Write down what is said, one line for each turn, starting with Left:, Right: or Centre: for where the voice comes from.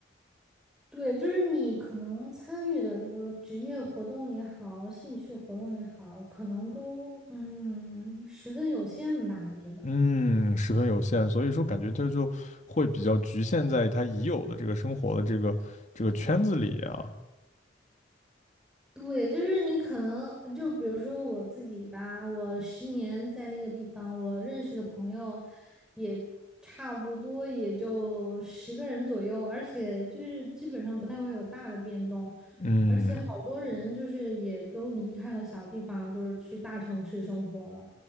Centre: 对，就是你可能参与的，就比如职业活动也好，兴趣活动也好，可能都嗯十分有限吧，我觉得。
Left: 嗯，十分有限，所以说感觉这就会比较局限在他已有的这个生活的这个这个圈子里啊。
Centre: 对，就是你可能就比如说我自己吧，我十年在那个地方，我认识的朋友也差不多也就十个人左右，而且就是基本上不太会有大的变动，
Left: 嗯
Centre: 而且好多人就是也都离开了小地方，就是去大城市生活了。